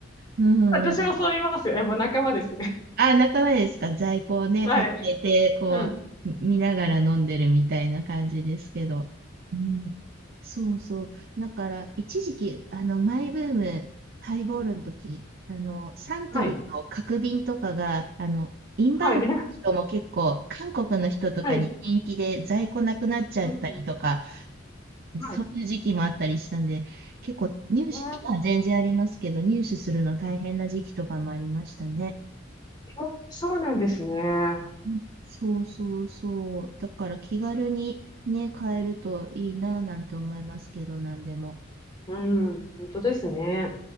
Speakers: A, on the right (about 50°); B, on the left (about 20°).
A: うん
B: 私もそう言いますよ。やっぱ仲間ですね。
A: あ、仲間ですか在庫をね、
B: <laughs> はい。
A: 抱えて、こう、
B: うん。
A: み見ながら飲んでるみたいな感じですけど。うん。そうそう。だから、一時期、あの、マイブーム、ハイボールの時、あの、サントリーの角瓶とかが、
B: はい。
A: あの、インバウンドの人も結構、
B: はい。<laughs> え
A: 韓国の人とかに人気で在庫なくなっちゃったりとか、
B: はい。うん。うんはい。
A: そういう時期もあったりしたんで、結構入手、
B: え
A: 今は全然ありますけど、入手するの大変な時期とかもありましたね。
B: ー、そうなんですね。
A: うんそうそうそう。だから気軽にね、買えるといいななんて思いますけど、なんでも。
B: うん。本当ですね。